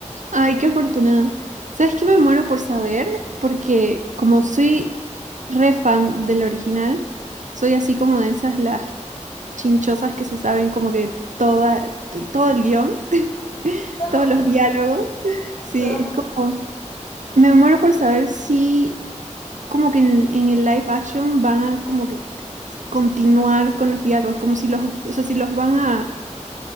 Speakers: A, on the right; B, on the left.
A: Ay, qué afortunada. ¿Sabes qué me muero por saber? Porque como soy re fan del original, soy así como de esas las chinchosas que se saben como que toda, todo el guión.
B: Somos
A: todos
B: dos,
A: los diálogos. Sí,
B: todos
A: es como, me muero por saber si como que en el, en el live action van a como que continuar con los diálogos, como si los, o sea, si los van a